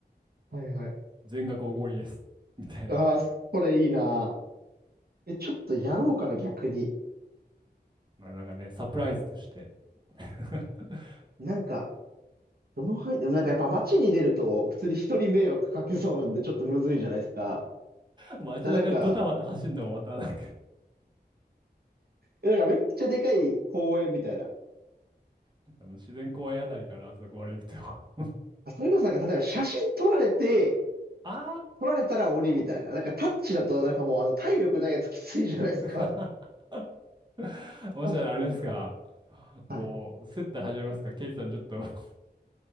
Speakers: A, on the right; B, on the right.
A: はいはいはい。
B: 全額おごりです。みたいな。
A: ああ、それいいな。え、ちょっとやろうかな、逆に。
B: まあなんかね、サプライズとして。<laughs>
A: なんか、どの範囲、でもなんかやっぱ街に出ると、普通に人に迷惑かけそうなんで、ちょっとむずいじゃないですか。
B: 街中ドタバタ走るのもまたなんか
A: だ、なんか、え、なんかめっちゃでかい公園みたいな。
B: <laughs> あの自然公園あたりからあそこまで行くと <laughs>
A: あ、それこそなんか、例えば写真撮られて、
B: あ
A: 撮られたら鬼みたいな。なんかタッチだと、なんかもうあの、体力ないやつきついじゃないですか。
B: ー <laughs> もしかしたらあれですか。
A: 写真
B: もう、
A: はい。
B: 接待始めますか。ケイさんちょっと <laughs>